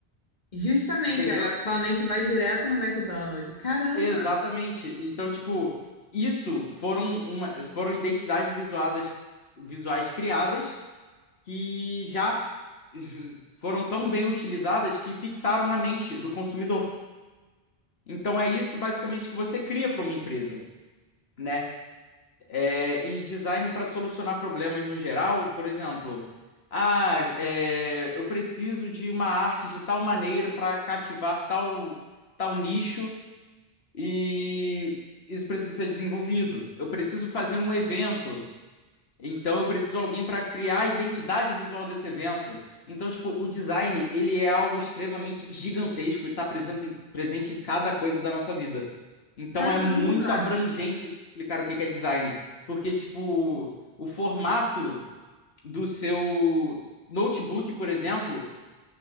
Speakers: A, on the left (about 45°); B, on the left (about 75°).
A: Justamente,
B: entendeu?
A: a sua mente vai direto no McDonald's. Caramba!
B: Exatamente. Então, tipo, isso foram, uma, foram identidades visuadas, visuais criadas que já ju- foram tão bem utilizadas que fixaram na mente do consumidor. Então, é isso basicamente que você cria para uma empresa né? É, e design para solucionar problemas no geral, por exemplo, ah, é, eu preciso de uma arte de tal maneira para cativar tal, tal nicho e isso precisa ser desenvolvido. Eu preciso fazer um evento então eu preciso de alguém para criar a identidade visual desse evento. Então, tipo, o design, ele é algo extremamente gigantesco e está presente em, presente em cada coisa da nossa vida. Então
A: Caramba!
B: é muito abrangente eu te explicar o que que é design, porque tipo, o formato do seu notebook, por exemplo,